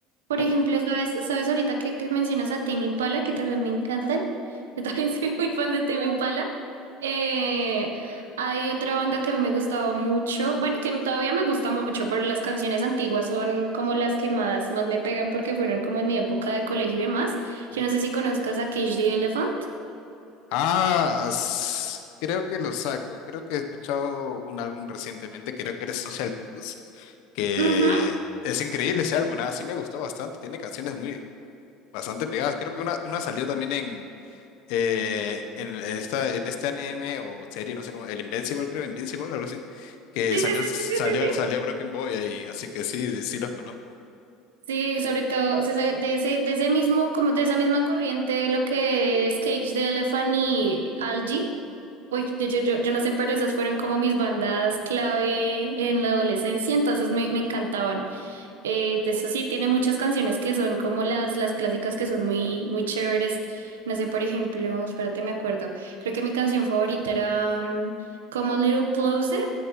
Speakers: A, on the right; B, on the left.
A: por
B: como,
A: ejemplo, sabes, sabes ahorita que, que mencionas a Tame Impala, que también me encantan. Yo también <laughs> soy muy fan de Tame Impala. Eh, hay otra banda que a mí me gustaba mucho, bueno, que todavía me gusta mucho, pero las canciones antiguas son como las que más, más me pegan porque fueron como en mi época de colegio y demás.
B: <laughs>
A: Yo no sé si conozcas a Cage the Elephant.
B: ah, s- creo que lo saco, creo que he escuchado un álbum recientemente, creo que era Social Blues, que...
A: Ujú.
B: Es increíble ese álbum, ah, sí me gustó bastante, tiene canciones muy, Bastante pegadas. Creo que una, una salió también en, eh, en, esta, en este anime o serie, no sé cómo, el Invincible, creo, Invincible, algo así, que
A: Sí,
B: salió,
A: sí, sí,
B: salió,
A: sí, sí, sí. sí.
B: salió Broken Boy ahí, así que sí, sí los conozco.
A: Sí, sobre todo o sea, de ese, de ese mismo, como de esa misma corriente, lo que es Cage the Elephant y Algie. Uy, yo, yo, yo, yo no sé, pero esas fueron como mis bandas clave en la adolescencia, entonces me, me encantaban. Eh, de eso sí, tiene muchas canciones que son como las, las clásicas que son muy, muy chéveres. No sé, por ejemplo, espérate, me acuerdo. Creo que mi canción favorita era mm, Come a Little Closer.